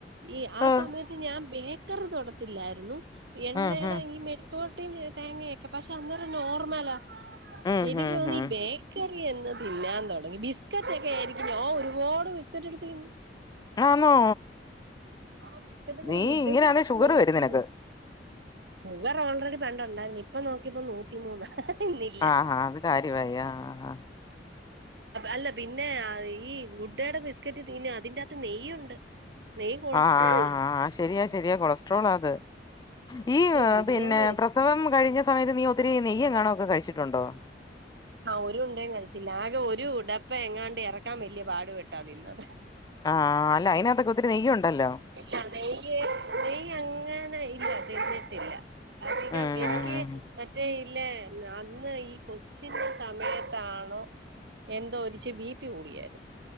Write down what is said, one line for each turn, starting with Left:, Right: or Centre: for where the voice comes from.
Right: ഈ ആഹ്
Left: ഉം
Right: സമയത്ത് ഞാൻ ബേക്കറി തൊടത്തില്ലായിരുന്നു. എണ്ണയുടെ
Left: ഉം
Right: ഈ മെടിക്കോട്ടിം യെ തേങ്ങൊയൊക്കെ. പക്ഷെ അന്നേരം നോർമല,
Left: ഉം
Right: എനിക്ക്
Left: ഉം
Right: തോനുന്നു
Left: ഉം
Right: ഈ ബേ ക്കറി എന്ന് തിന്നാൻ തുടങ്ങി. ബിസ്ക്കറ്റ് ഒക്കെ ആയിരിക്കും. ഞാ ഒരുപാട് ബിസ്ക്കറ്റ് എടുത്ത് തിന്നും
Left: ആന്നോ
Right: ആഹ് പിറ്റെന്ന് ഇങ്ങള്
Left: നീ
Right: വുഡ്‌ക്കെ
Left: ഇങ്ങനെയാന്നേ
Right: ആയിറ്റൊക്കെ
Left: ഷുഗർ
Right: നോക്കിന്ന്..
Left: വരും നിനക്ക്
Right: ഷുഗർ ഓൾറെഡി പണ്ട്ണ്ടായിരുന്നു. ഇപ്പൊ നോക്കിപ്പോ നൂറ്റിമൂന്ന <unintelligible>
Left: ആഹാ അത് കാര്യവായി ആഹ്
Right: അല്ല പിന്നെ ഈ ഗുഡ്ടെ യുടെ ബിസ്കറ്റ് തിന്നും. അതിന്റകത്ത് നെയ്യുണ്ട് നെയ്യ് കൊളസ്ട്രോൾ
Left: ആഹ് ആഹ് ആാാാാ ശരിയാ ശരിയാ കൊളസ്ട്രോളാത്. ഈ
Right: അതെ മിനിഞ്ഞാന്ന്
Left: പിന്നെ
Right: എടു
Left: പ്രസ് സവം കഴിഞ്ഞ സമയത്ത് നീ ഒത്തിരി നെയ്യെങ്ങാണൊക്കെ കഴിച്ചിട്ടുണ്ടോ?
Right: ആഹ് ഒരു ഉണ്ടയും കഴിച്ചില്ല. ആകെ ഒരു ഡപ്പ എങ്ങാണ്ട് എറക്കാൻ വല്യ പാട് പെട്ടതീന്ന്
Left: ആഹ് അല്ല അയ്നാതൊക്കെ ഒത്തിരി നെയ്യുണ്ടല്ലോ
Right: ഇല്ല. നെയ്യ്.. നെയ്യങ്ങനെ ഇല്ല തിന്നിട്ടില്ല അധികം
Left: ഉം
Right: എനിക്ക്
Left: ഉം
Right: മറ്റേ ഇല്ലേ അന്ന് ഈ കൊച്ചിന്റെ സമയത്താണോ എന്തോ ഒരിച്ച് ബി പി കൂടിയാരുന്നു